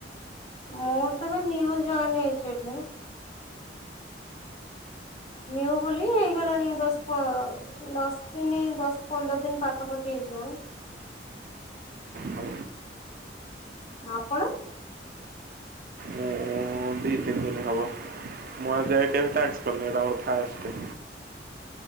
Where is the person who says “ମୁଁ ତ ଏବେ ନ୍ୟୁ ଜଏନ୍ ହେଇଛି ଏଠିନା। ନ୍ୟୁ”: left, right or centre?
Left